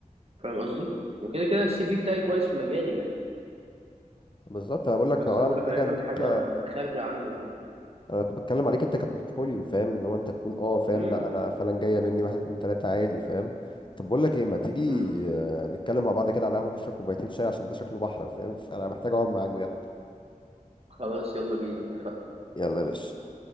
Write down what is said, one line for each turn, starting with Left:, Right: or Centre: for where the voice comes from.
Right: فاهم قصدي وكده كده السي في بتاعي كويس في مجالي يعني
Left: بالظبط انا بقول
Right: بس
Left: لك هو
Right: أنا بقول
Left: اهم
Right: لك أنا
Left: حاجه
Right: عايز
Left: ان
Right: أعمل
Left: انت
Right: حاجة خارجة عنه
Left: انا كنت بتكلم عليك انت كبورتفوليو فاهم ان هو انت تكون اه فاهم
Right: م
Left: لا
Right: -م.
Left: انا فعلا جايه مني واحد اتنين تلاته عادي فاهم طب بقول لك ايه ما تيجي
Right: م.
Left: آه، نتكلم مع بعض كده على قهوه نشرب كوبايتين شاي عشان ده شكله بحر فاهم فانا محتاج اقعد معاك بجد
Right: خلاص يلا بينا اتفقنا
Left: يلا يا باشا